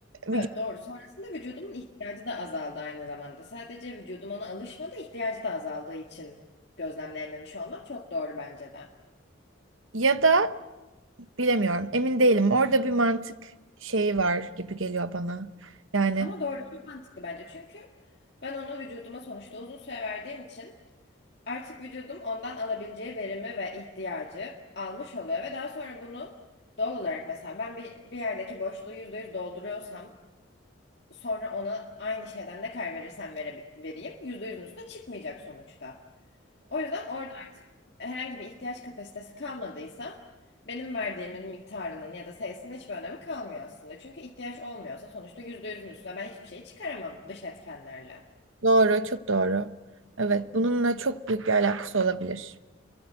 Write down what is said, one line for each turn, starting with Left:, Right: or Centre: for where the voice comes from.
Right: vücut
Left: Evet doğru. Sonrasında vücudumun ihtiyacı da azaldı aynı zamanda. Sadece vücudum ona alışmadı, ihtiyacı da azaldığı için gözlemleyememiş olmam çok doğru bence de.
Right: ya da bilemiyorum emin değilim. Orada bir mantık şeyi var gibi geliyor bana. Yani
Left: Ama doğru çok mantıklı bence. Çünkü ben onu vücuduma sonuçta uzun süre verdiğim için artık vücudum ondan alabileceği verimi ve ihtiyacı almış oluyor ve daha sonra bunu doğal olarak mesela ben bir, bir yerdeki boşluğu %100 dolduruyorsam sonra ona aynı şeyden ne kadar verirsem vere, vereyim yüzde yüzün üstüne çıkmayacak sonuçta. O yüzden orada artık herhangi bir ihtiyaç kapasitesi kalmadıysa benim verdiğimin miktarının ya da sayısının hiçbir önemi kalmıyor aslında. Çünkü ihtiyaç olmuyorsa sonuçta yüzde yüzün üstüne ben hiçbir şey çıkaramam dış etkenlerle.
Right: doğru çok doğru. Evet bununla çok büyük bir alakası olabilir.